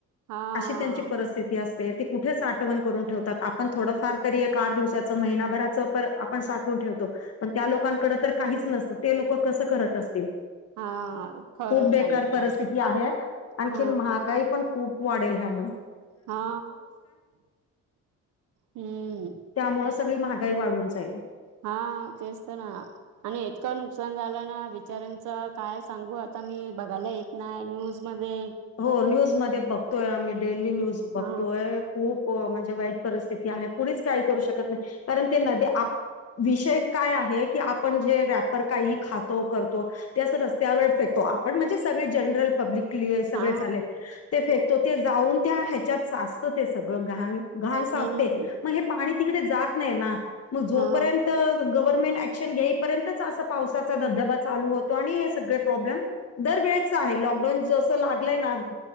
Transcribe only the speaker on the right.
हा
हा खरं
सांगितलं
हा
हा हम्म
हा तेच तर ना आणि इतकं नुकसान झालं ना बिचऱ्यांचं काय सांगूया आता मी बघायला येत नाही न्यूजमध्ये
हा
हा
हम्म
हा